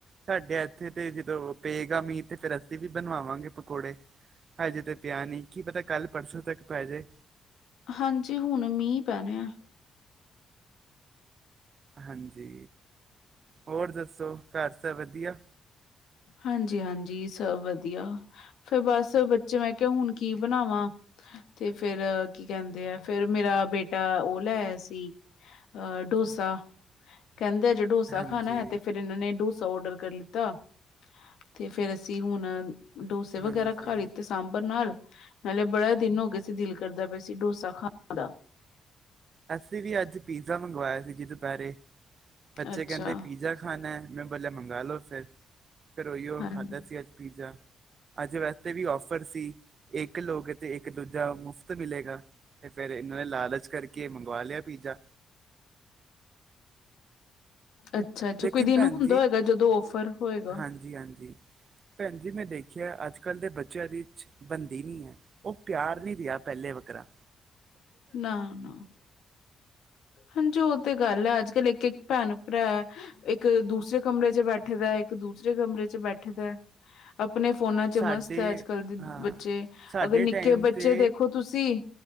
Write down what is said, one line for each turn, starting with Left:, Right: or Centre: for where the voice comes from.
Right: ਸਾਡੇ ਇੱਥੇ ਤੇ ਜਦੋਂ ਪਏਗਾ ਮੀਂਹ ਤੇ ਫਿਰ ਅਸੀਂ ਵੀ ਬਣਵਾਵਾਂਗੇ ਪਕੌੜੇ ਹਜੇ ਤੇ ਪਿਆ ਨਹੀਂ ਕੀ ਪਤਾ ਕੱਲ੍ਹ ਪਰਸੋਂ ਤੱਕ ਪੈ ਜੇ
Left: ਹਾਂਜੀ ਹੁਣ ਮੀਂਹ ਪੈਣੇ ਆ।
Right: ਹਾਂਜੀ ਹੋਰ ਦੱਸੋ ਘਰ ਸਭ ਵਧੀਆ
Left: ਹਾਂਜੀ ਹਾਂਜੀ ਸਭ ਵਧੀਆ। ਫੇਰ ਬਸ ਬੱਚੇ ਮੈਂ ਕਿਹਾ ਹੁਣ ਕੀ ਬਣਾਵਾਂ। ਤੇ ਫੇਰ ਕੀ ਕਹਿੰਦੇ ਆ, ਫੇਰ ਮੇਰਾ ਬੇਟਾ ਉਹ ਲੈ ਆਇਆ ਸੀ। ਅਹ ਡੋਸਾ ਕਹਿੰਦੇ ਆ ਜਿਹੜਾ ਡੋਸਾ
Right: ਹਾਂਜੀ
Left: ਖਾਣਾ ਹੈ ਤੇ ਫੇਰ ਇਹਨਾਂ ਨੇ ਡੋਸਾ ਔਡਰ ਕਰ ਲਿੱਤਾ। ਤੇ ਫੇਰ ਅਸੀਂ ਹੁਣ ਡੋਸੇ ਵਗੈਰਾ
Right: ਹਾਂਜੀ
Left: ਖਾ ਲਈ ਤੇ ਸਾਂਭਰ ਨਾਲ, ਨਾਲੇ ਬੜਾ ਦਿਨ ਹੋ ਗਏ ਸੀ ਦਿਲ ਕਰਦਾ ਪਿਆ ਸੀ ਡੋਸਾ ਖਾ ਣੇ ਦਾ।
Right: ਅਸੀਂ ਵੀ ਅੱਜ ਪੀਜ਼ਾ ਮੰਗਵਾਇਆ ਸੀ ਜੀ ਦੁਪਹਿਰੇ, ਬੱਚੇ
Left: ਅੱਛਾ
Right: ਕਹਿੰਦੇ ਪੀਜ਼ਾ ਖਾਣਾ। ਮੈਂ ਬੋਲਿਆ ਮੰਗਾ ਲੋ ਫੇਰ, ਫਿਰ ਉਹੀਓ
Left: ਹਾਂਜੀ
Right: ਖਾਧਾ ਸੀ ਅੱਜ ਪੀਜ਼ਾ। ਅੱਜ ਵਾਸਤੇ ਵੀ ਔਫਰ ਸੀ, ਇੱਕ ਲੋਗੇ ਤੇ ਇੱਕ ਦੂਜਾ ਮੁਫ਼ਤ ਮਿਲੇਗਾ। ਤੇ ਫੇਰ ਇਹਨਾਂ ਨੇ ਲਾਲਚ ਕਰਕੇ, ਮੰਗਵਾ ਲਿਆ ਪੀਜ਼ਾ।
Left: ਅੱਛਾ ਅੱਛਾ,
Right: ਲੇਕਿਨ
Left: ਕੋਈ ਦਿਨ
Right: ਭੈਣ
Left: ਹੁੰਦਾ ਹੋਏਗਾ ਜਦੋਂ ਔਫਰ ਹੋਏਗਾ।
Right: ਹਾਂਜੀ ਜੀ ਹਾਂਜੀ, ਭੈਣ ਜੀ ਮੈਂ ਦੇਖਿਆ ਅੱਜ ਕੱਲ ਦੇ ਚ ਬੱਚਿਆਂ ਦੀ ਬੰਦੀ ਨੀ ਐ। ਉਹ ਪਿਆਰ ਨੀ ਰਿਯਾ, ਪਹਿਲੇ ਵਕਗਾ
Left: ਨਾ ਨਾ। ਹਾਂਜੀ, ਉਹ ਤੇ ਗੱਲ ਐ, ਅੱਜ ਕੱਲ ਇੱਕ ਇੱਕ ਭੈਣ ਭਰਾ ਐ, ਇੱਕ ਦੂਸਰੇ ਕਮਰੇ ਚ ਬੈਠੇ ਦਾ ਇੱਕ ਦੂਸਰੇ ਕਮਰੇ ਚ ਬੈਠੇ ਐ ਦਾ। ਆਪਣੇ ਫੋਨਾਂ ਚ
Right: ਸਾਡੇ
Left: ਮਸਤ ਐ, ਅੱਜ ਕੱਲ੍ਹ ਦੇ
Right: ਹਾਂ
Left: ਬੱਚੇ
Right: ਸਾਡੇ
Left: ਅਗਰ ਨਿੱਕੇ
Right: ਟਾਈਮ
Left: ਬੱਚੇ
Right: ਤੇ
Left: ਦੇਖੋਂ ਤੁਸੀਂ